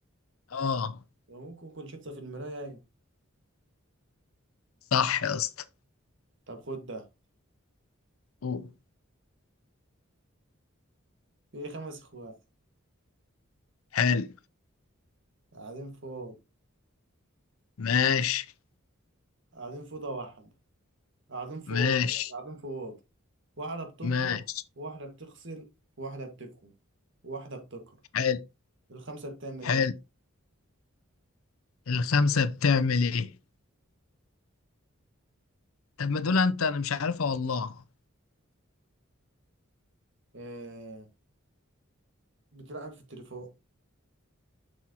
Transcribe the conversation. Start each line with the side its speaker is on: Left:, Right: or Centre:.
Left: اه
Right: وممكن كنت شفتها في المراية ايوه
Left: صح يا اسطى
Right: طب خد ده
Left: أوه.
Right: في خمس اخوات
Left: حلو
Right: قاعدين فوق
Left: ماشي
Right: قاعدين في اوضة واحدة قاعدين في
Left: ماشي
Right: أوضة قاعدين في أوضة واحدة بتطبخ
Left: ماشي
Right: واحدة بتغسل واحدة بتكوي واحدة بتقرا
Left: حلو
Right: الخمسة بتعمل
Left: حلو
Right: ايه؟
Left: الخمسة بتعمل ايه؟ طب ما دول انت انا مش عارفها والله
Right: آه بتلعب في التليفون